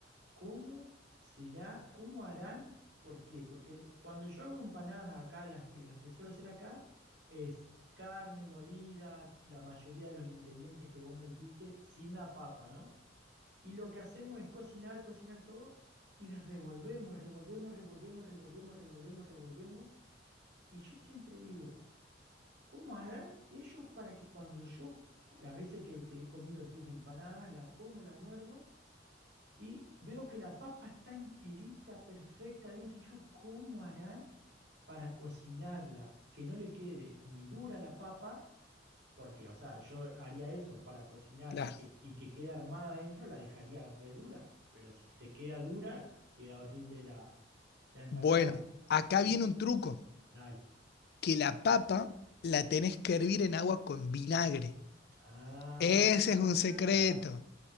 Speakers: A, on the right; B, on the left.
A: ¿cómo será, cómo harán? ¿Por qué? Porque cuando yo hago empanadas acá, las que, las que suelo hacer acá, es carne molida, la mayoría de los ingredientes que vos me dijiste, sin la papa, ¿no? Y lo que hacemos es cocinar, cocinar todo y revolvemos, revolvemos, revolvemos, revolvemos, revolvemos, revolvemos. Y yo siempre digo, ¿cómo harán ellos para que cuando yo, las veces que, que he comido tus empanadas, la como, la muerdo y veo que la papa está enterita, perfecta dentro, y yo, ¿cómo harán para cocinarla? Que no le quede ni dura la papa, porque, o sea, yo haría eso para cocinar
B: Claro.
A: y que, y que quede armada adentro, la dejaría re dura. Pero si te queda dura, queda horrible la, la empanada.
B: Bueno, acá
A: Y
B: viene un truco.
A: dale.
B: que la papa la tenés que hervir en agua con vinagre.
A: Ah,
B: Ese es un secreto,
A: ahí va.